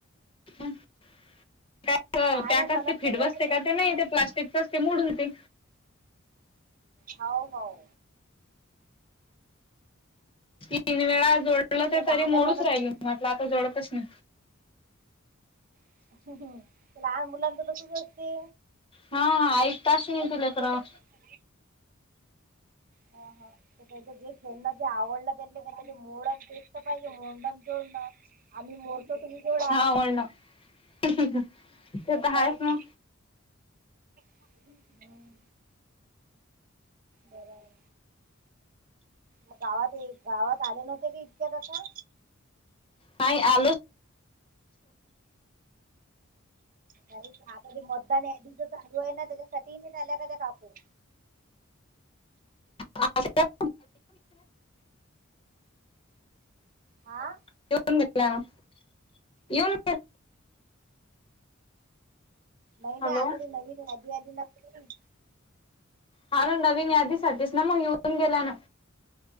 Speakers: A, on the left; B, on the right.
A: पॅक अं
B: लहान्या
A: पॅक
B: नणदले
A: असतय फिट
B: कोणाचे
A: बसते का ते नाही ते प्लास्टि च असते मोडून ती.
B: हाव हाव.
A: तीन वेळा जोडलं ते
B: जे लहान्या
A: तरी मोडूच
B: नणद
A: राहिल. म्हटल आता जोडतच नई.
B: <inaudible> लहान मुलांच तसच असते.
A: हा एक <unintelligible>
B: ऐकतात
A: दिल्यात
B: का
A: राव.
B: ते हा हा. तर त्याच्या जे फ्रेडना जे आवडलं त्यातले त्याच्या मोडत पाहिजे. मोडन अन् जोडणं. आम्ही मोडतो, तुम्ही जोडा.
A: हा म्हणलं <inaudible> ते तर
B: असं
A: आहेच
B: आहे
A: ना.
B: ते <unintelligible> हम्म. बरं हाय. मग गावात हे, गावात आले नव्हते की इतक्यात आता?
A: नाय आलो
B: नाही आता ते मतदान यादीच चालू आहे ना, त्याच्यासाठी मी ल्या का त्या काकू.
A: आ <unintelligible>
B: आं?
A: ठिऊन घेतलाय म. यून
B: नाही
A: हॅलो
B: नाही आता ती नवीन यादी आली ना ती
A: हा ना नवीन यादीसाठीच ना मग यिऊन गेला ना